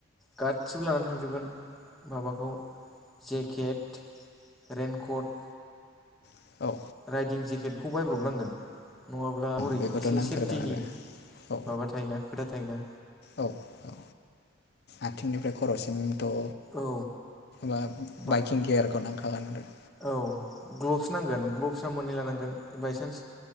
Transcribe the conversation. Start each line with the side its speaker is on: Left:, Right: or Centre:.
Centre: गासिबो लानानै थांजोबगोन। माबाखौ जेकेट रेनकट
Left: औ
Centre: राइदिं जेकेटखौ बायब्रबनांगोन नङाब्ला हरै
Left: बेखौथ'
Centre: एसे
Left: नांथारगोन
Centre: सेफटिनि
Left: आरो औ
Centre: माबा थायोना खोथा थायोना।
Left: औ औ आथिंनिफ्राय खर'सिम थ'
Centre: औ
Left: मा
Centre: बा
Left: बाइकिं गियारखौ नांखागोन आरो
Centre: औ ग्लभ्स नांगोन ग्लभ्सआ मोननै लानांगोन। बायसान्स